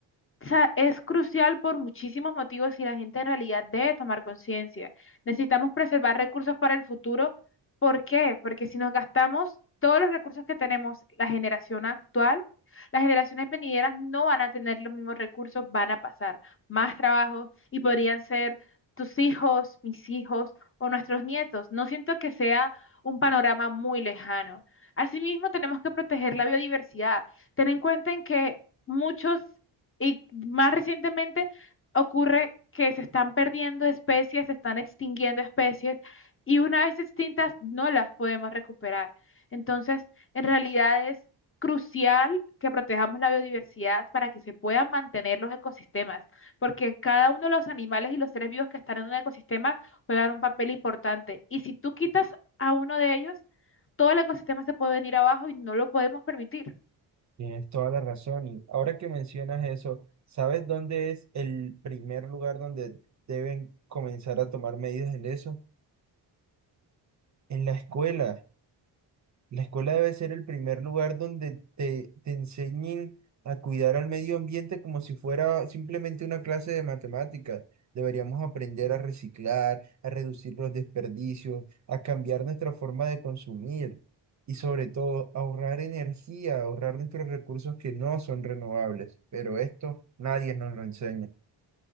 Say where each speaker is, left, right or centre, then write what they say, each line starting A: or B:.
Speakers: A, on the left; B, on the right.
A: O sea, es crucial por muchísimos motivos y la gente en realidad debe tomar conciencia. Necesitamos preservar recursos para el futuro. ¿Por qué? Porque si nos gastamos todos los recursos que tenemos, la generación actual, las generaciones venideras no van a tener los mismos recursos, van a pasar más trabajo y podrían ser tus hijos, mis hijos o nuestros nietos. No siento que sea un panorama muy lejano. Asimismo, tenemos que proteger la biodiversidad. Ten en cuenta en que muchos y más recientemente ocurre que se están perdiendo especies, se están extinguiendo especies y una vez extintas no las podemos recuperar. Entonces, en realidad es crucial que protejamos la biodiversidad para que se puedan mantener los ecosistemas, porque cada uno de los animales y los seres vivos que están en un ecosistema juegan un papel importante. Y si tú quitas a uno de ellos, todo el ecosistema se puede venir abajo y no lo podemos permitir.
B: Tienes toda la razón. Y ahora que mencionas eso, ¿sabes dónde es el primer lugar donde deben comenzar a tomar medidas en eso? En la escuela. La escuela debe ser el primer lugar donde te, te enseñen a cuidar al medio ambiente como si fuera simplemente una clase de matemáticas. Deberíamos aprender a reciclar, a reducir los desperdicios, a cambiar nuestra forma de consumir y sobre todo ahorrar energía, ahorrar nuestros recursos que no son renovables. Pero esto nadie nos lo enseña.